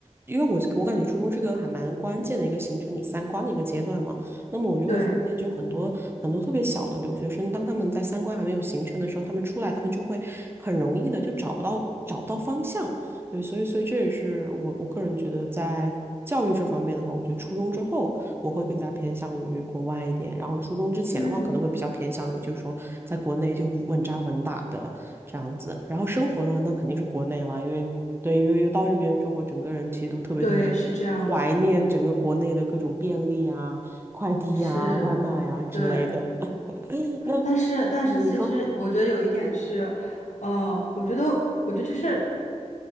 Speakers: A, on the right; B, on the left.
A: 因为我我感觉初中是个还蛮关键的一个形成你三观的一个阶段嘛。那么我就会发现，
B: 对，
A: 就很多很多特别小的留学生，当他们在三观还没有形成的时候，他们出来，他们就会很容易的就找不到找不到方向。对，所以所以这也是我我个人觉得在。教育这方面的话，我觉得初中之后我会更加偏向于国外一点，然后初中之前的话，
B: 嗯，
A: 可能会比较偏向于就是说在国内就稳扎稳打的这样子。然后生活呢，那肯定是国内了，因为对，因为因为到这边的时候，我整个人其实都特别特别
B: 对，是这样子的，
A: 怀念整个国内的各种便利啊，快递呀、
B: 是，
A: 外卖呀、之类的。
B: 对。
A: <laughs> 那嗯你说，
B: 但是，但是，其实我觉得有一点是，呃，我觉得，我觉得就是